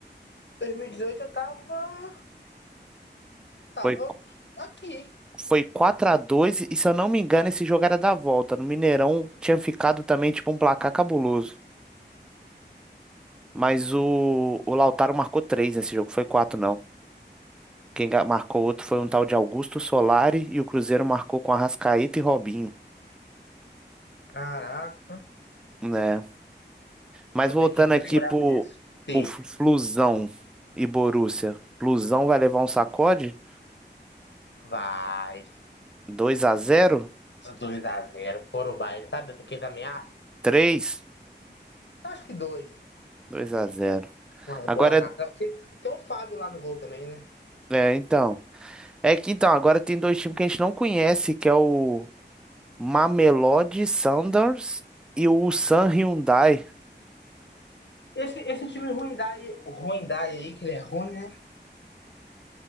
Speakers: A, on the left; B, in the centre.
A: 2018 eu tava, tava
B: Foi,
A: aqui.
B: foi quatro a dois e se eu não me engano esse jogo era da volta. No Mineirão tinha ficado também tipo um placar cabuloso. Mas o, o Lautaro marcou 3 nesse jogo, foi 4 não. Quem ga- marcou outro foi um tal de Augusto Solari e o Cruzeiro marcou com Arrascaeta e Robinho,
A: Caraca,
B: né? Mas
A: ainda
B: voltando
A: bem que eu nem
B: aqui
A: lembrava
B: pro,
A: disso. Sim,
B: pro Flu- Flusão e Borussia. Flusão vai levar um sacode?
A: vai.
B: 2 a zero,
A: Dois a zero, foram o baile, sabe? Aqueles ameaças?
B: três,
A: Acho que dois.
B: dois a zero.
A: Umas
B: Agora
A: bolas na trave. Porque Tem um Fábio lá no gol também, né?
B: é, é, então, é que então agora tem dois times que a gente não conhece, que é o Mamelodi Sundowns e o Ulsan Hyundai.
A: Esse, esse time ruim Dai, ruim Dai aí, que ele é ruim, né?